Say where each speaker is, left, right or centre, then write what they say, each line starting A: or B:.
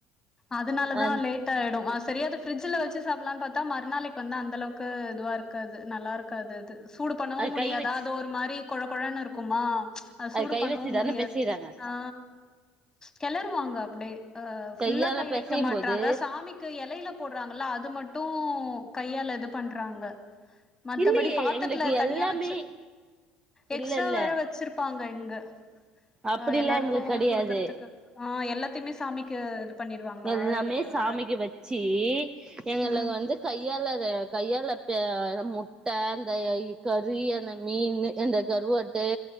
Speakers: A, on the left; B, on the right.
A: அதனாலதா
B: அ
A: லேட் ஆயிடும் ஆ செரியாது ஃப்ரிஜில வச்சு சாப்பலான் பாத்தா மறுநாளைக்கு வந்து அந்தளவுக்கு இதுவாருக்காது நல்லா இருக்காது அது சூடு பண்ணவு
B: அது
A: முடியாதா
B: கை வச்சு
A: அது ஒரு மாரி கொழ கொழனு இருக்குமா அ
B: அது
A: சூடு
B: கை
A: பண்ணவு
B: வச்சுதானே
A: முடியாது
B: பெசைறாங்க
A: ஆ கெளறுவாங்க அப்டே அ ஃபுல்லா
B: கையால
A: கை
B: பெசையும்
A: வைக்க மாட்றாங்க
B: போது
A: சாமி கு எலையில போட்றாங்கள அது மட்டு கையால இது பண்றாங்க மத்தப்படி
B: இல்லையே
A: பாத்தர்த்துல
B: எங்களுக்கு
A: தனியா
B: எல்லாமே
A: வச்சு எக்ஸ்ட்ரா
B: இல்ல இல்ல
A: வேற வச்சருப் ப்பாங்க இங்க
B: அப்படிலா
A: அ எல்லாருக்கும்
B: எங்களுக்கு கெடையாது
A: குடுக்கறதுக்கு ஆ எல்லாத் சாமிக்கு இது பண்ணிருவாங்களா
B: எல்லாமே
A: எலைல
B: சாமிக்கு வச்சு எங்களுக்கு
A: ம்
B: வந்து கையால த கையால ப முட்ட அந்த கறி அந்த மீன் அந்த கருவாட்டே